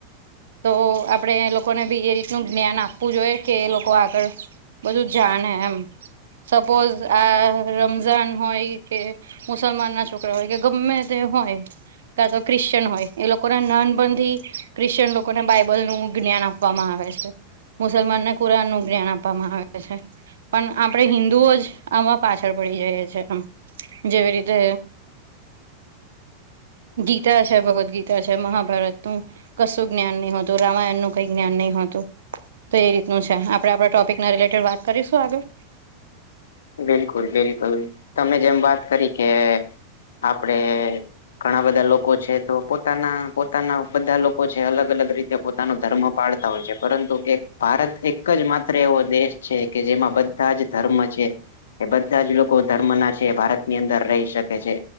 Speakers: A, on the right; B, on the left.
A: તો આપણે એ લોકોને બી એ રીતનું જ્ઞાન આપવું જોઈએ. કે એ લોકો આગળ, બધું જાણે એમ. સપોઝ આ રમઝાન હોય કે મુસલમાન ના છોકરા હોય કે ગમે તે હોય. કા તો ક્રિશચયન હોય એ લોકોને નાનપણથી, ક્રિશ્ચયન લોકોને બાઈબલ નું જ્ઞાન આપ આપવામાં આવે છે, મુસલમાનને કુરાણ નું જ્ઞાન આપવામાં આવે છે. પણ આપણે હિન્દુ ઓ જ આમાં પાછળ પડી જઈએ છે આમ, જેવી રીતે ગીતા છે ભગવદ્ ગીતા છે મહાભારતનુ કશું જ્ઞાન નહીતું રામાયણ નું કઈ જ્ઞાન નહીતું, તો એ રીતે છે આપણે આપણા ટોપિકના રિલેટેડ વાત કરીશું આગળ.
B: બિલકુલ બિલકુલ તમે જેમ વાત કરી કે આપડે ઘણા બધા લોકો છે તો પોતાના પોતાના બધા લોકો છે અલગ અલગ રીતે તે પોતાનો ધર્મ પાડતા હોય છે પરંતુ એક ભારત એક જ માત્ર એવો દેશ છે કે જેમાં બધા જ ધર્મ છે. એ બધા જ લોકો ધર્મ ના છે ભારત ની અંદર રહી શકે છે,